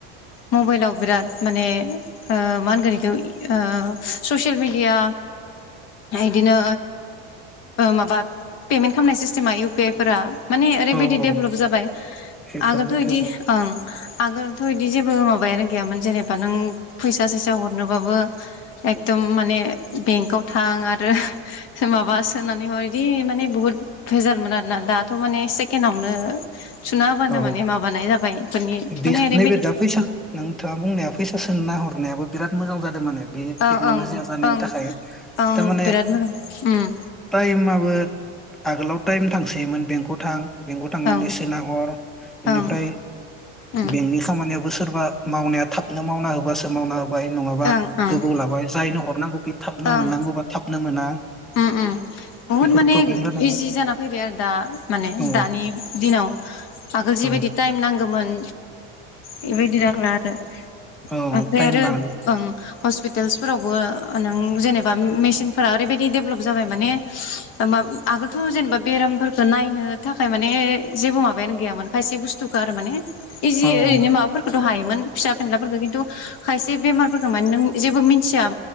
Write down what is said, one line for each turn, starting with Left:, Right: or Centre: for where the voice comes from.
Left: मबाइलाव बिराद माने मा होनगोन इखौ ससियेल मेडिया इदिनो माबा पेमेन्ट खालामनाय सिस्टेमा इउ पि आइ फोर माने ओरैबायदि
Centre: औ
Left: डेभलप
Centre: औ
Left: जाबाय
Centre: बेफोरबायदि
Left: आगोलथ बिदि ओं आगोलथ बिदि जेबो माबायानो गैयामोन जेनेबा नों फैसा सैसा हरनोबाबो एकदम माने बेंकाव थां आरो माबा सोनानै हर बिदि माने बुहुत भेजालमोन आरोना दाथ माने सेकेण्ड आवनो सुना हाबानो
Centre: औ
Left: माने माबानाय जाबाय माने
Centre: बे
Left: ओरैबायदि
Centre: नैबे दा फैसा नोंथाङा बुंनाया फै सोसनना हरनायाबो बिराद मोजां जादों माने बे
Left: ओं
Centre: टेक्नलजिया
Left: ओं
Centre: जानायनि
Left: ओं
Centre: थाखाय
Left: ओं
Centre: थारमाने
Left: बिराद मोजां उम
Centre: टाइमाबो आगोलाव टाइम थांसैयोमोन बेंकआव थां बेंक आव थांनानै
Left: ओं
Centre: सोना हर बेनिफ्राय
Left: ओं उम
Centre: बेंकनि खामानि सोरबा मावनाया थाबनो मावना होबासो मावना नङाबा
Left: ओं ओं
Centre: गोबाव लाबाय जायनो हरनांगौ बे थाबनो
Left: ओं
Centre: मोननांगौबा थाबनो मोना।
Left: उम उम बुहुद
Centre: बेफोर
Left: माने
Centre: प्रब्लेम जादोंमोन
Left: इजि जाना फैबाय आरो दा माने
Centre: औ
Left: दानि दिनाव आगोल जिबायदि
Centre: औ
Left: टाइम नांगौमोन बेबायदि जारला आरो
Centre: औ
Left: ओमफ्राय
Centre: टाइम
Left: आरो
Centre: बा
Left: ओं हस्पिटाल्स फोरावबो नों जेने मेसिनफोरा ओरैबायदि बिदि देभेलप जाबाय माने माब आगोलथ' जेनेबा बेरामफोरखौ नायनो थाखाय माने जेबो माबायानो गैयामोन खायसे बुस्थुखौ आरो माने इजि
Centre: औ
Left: ओरैनो माबाफोरखौथ' हायो मोन फिसा फिलाफोरखौ खिन्थु खायसे बेमारफोरखौ माने नों जेबो मिथि मिथिया